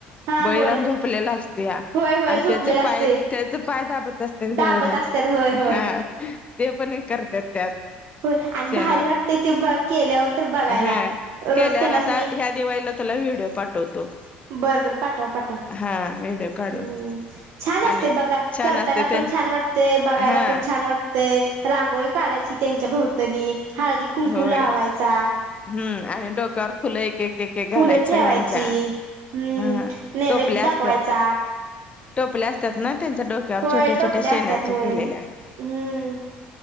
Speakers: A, on the right; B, on the left.
A: हा
B: बळीराम
A: होय
B: झोपलेला असते या
A: होय होय
B: आणि
A: झोपलेला
B: त्याच पाय
A: असते
B: त्याच पाय दाबत असतात गवळण्या.
A: दाबत असतात होय होय
B: हा. ते पण करतात त्यात.
A: होय आणि
B: सेण
A: भारी वाटते ते ब केल्यावर तर बघायला
B: ह केल्यावर
A: रोज त्यांनाच
B: आता
A: नी
B: ह्या दिवाळीला त्याला व्हिडिओ पाठवतो.
A: बरं, बरं पाठवा पाठवा.
B: हा व्हिडिओ काढून
A: हम्म, छान असते
B: आणि
A: बघा
B: छान
A: करताना
B: असते त्यां
A: पण छान वाटते बघायला
B: हा
A: पण छान वाट ते रांगोळी काढायची त्यांच्या भोवतणी हळदी कुंकू
B: होय
A: लावायचा.
B: हम्म आणि डोक्यावर फुल एक के घालायच
A: फुलं ठेवायची
B: सगळ्यांच्या
A: हम्म
B: हा
A: नैवेद्य
B: टोपल्या
A: दाखवायचा
B: असत्यात. टोपले असतात ना. त्यांच्या डोक्यावर
A: होय
B: छोट्या
A: टोपल्या
B: छोट्या शेनाच्या
A: असत्यात होय
B: केलेल्या.
A: हम्म